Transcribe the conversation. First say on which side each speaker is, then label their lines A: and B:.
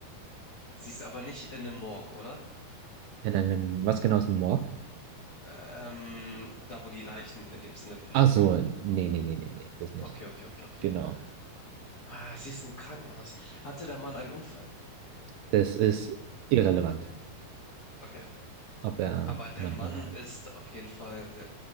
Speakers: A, on the left; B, on the right.
A: Sie ist aber nicht in einem Morg, oder?
B: In einem, was genau ist ein Morg?
A: Ähm, da, wo die Leichen in dem Sinne verstaut
B: Ach so,
A: werden.
B: nee, nee, nee, nee, nee, das nicht.
A: Okay, okay, okay, okay.
B: Genau.
A: Ah, sie ist im Krankenhaus. Hatte der Mann einen Unfall?
B: Das ist irrelevant,
A: Okay.
B: ob er
A: Aber der
B: Mann
A: Mann
B: oder Mann.
A: ist auf jeden Fall